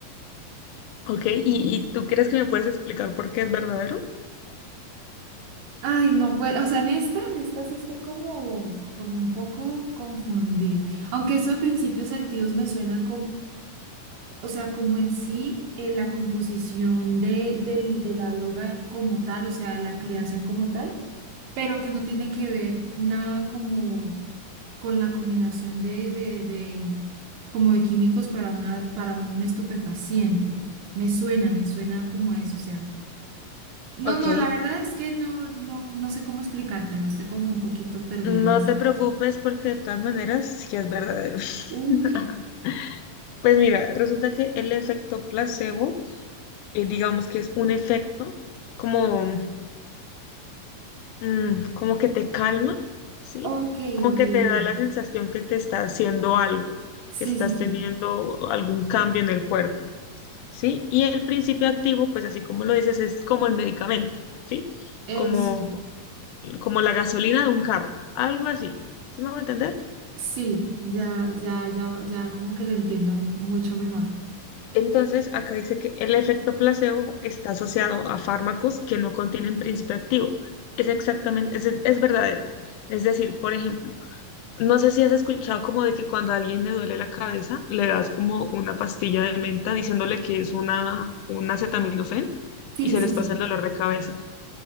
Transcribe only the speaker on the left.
Ok, ¿y,
y tú crees que me puedes explicar por qué es verdadero?
Ok,
No
te preocupes
porque de todas maneras sí es verdadero.
<laughs> Pues mira, resulta que el efecto placebo, eh, digamos que es un efecto como, mm, como que te calma, ¿sí?
Como
que te
da la sensación que te está haciendo algo,
que estás
teniendo algún cambio en el cuerpo, ¿sí? Y el principio activo, pues así como lo dices, es como el medicamento, ¿sí?
Como, como la gasolina de un carro, algo así, ¿sí me a entender?
Entonces, acá dice que el efecto placebo está asociado a fármacos que no contienen principio activo. Es exactamente, es, es verdadero. Es decir, por ejemplo, no sé si has escuchado como de que cuando a alguien le duele la cabeza, le das como una pastilla de menta diciéndole que es una, un acetaminofén
y se
les
pasa el dolor de cabeza,